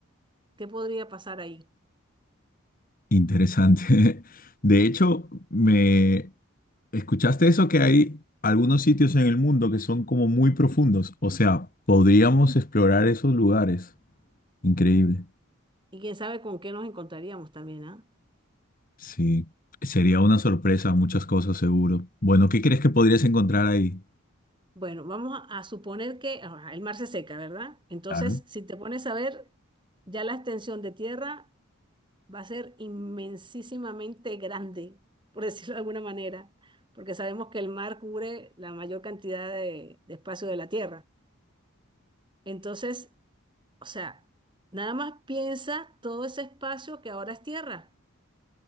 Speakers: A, on the right (about 20°); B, on the left (about 40°).
A: ¿qué podría pasar ahí?
B: Interesante. <laughs> De hecho, me ¿Escuchaste eso que hay algunos sitios en el mundo que son como muy profundos? O sea, podríamos explorar esos lugares. Increíble.
A: Y quién sabe con qué nos encontraríamos también, ¿ah?
B: Sí, sería una sorpresa, muchas cosas seguro. Bueno, ¿qué crees que podrías encontrar ahí?
A: Bueno, vamos a, a suponer que ajá, el mar se seca, ¿verdad? Entonces,
B: Claro,
A: si te pones a ver, ya la extensión de tierra va a ser inmensísimamente grande, por <laughs> decirlo de alguna manera, porque sabemos que el mar cubre la mayor cantidad de, de espacio de la tierra. Entonces, o sea, nada más piensa todo ese espacio que ahora es tierra.